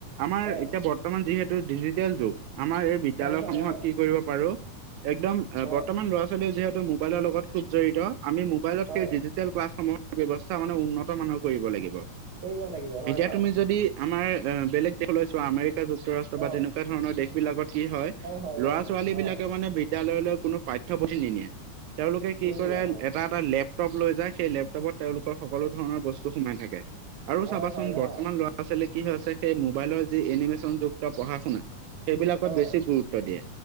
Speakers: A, on the right (about 80°); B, on the right (about 55°).
A: আমাৰ
B: অ
A: এতিয়া বৰ্ত বৰ্তমান যিহেতু ডিজিটেল যুগ, আমাৰ এই বিদ্যয়ালয়ত
B: হয় হয়
A: সমূহত
B: অ
A: কি কৰিব পাৰো একদম,
B: অ
A: বৰ্তমান ল'ৰা ছোৱালীও যিহেতু মোবাইলৰ লগত খুব জড়িত, আমি মোবাইলত
B: হয়
A: সেই ডিজি টেল ক্লাছসমূহৰ ব্যৱস্থা মানে উন্নত মানহৰ কৰিব লাগিব,
B: কৰিব লাগিব হয়
A: এতিয়া
B: হয়
A: তুমি যদি আমাৰ বেলেগ দেশলৈ চোৱা আমেৰিকা যুক্তৰাষ্ট্ৰ বা
B: অ
A: তেনেকুৱা ধৰণৰ দেশ। বিলাকত কি হয়,
B: হয়
A: ল'ৰা
B: অ
A: ছোৱালী বিলাকে
B: অ
A: মানে বিদ্যালয়লৈ কোনো পাঠ্যপুথি নিনিয়ে। তেওঁলোকে কি
B: নিনিয়ে
A: কৰে
B: অ
A: এটা এটা লেপটপ লৈ যায় সেই লেপটপত তেওঁলোকৰ সকলো ধৰণৰ বস্তু সোমাই থাকে। আৰু
B: হয়
A: চাবাচোন
B: হয়
A: বৰ্তমান
B: অ
A: ল'ৰা ছোৱালী কি হৈছে সেই মোবাইলৰ যি এনিমেশচন যুক্ত পঢ়া শুনা সেইবিলাকত
B: অ
A: বেছি গুৰুত্ব দিয়ে,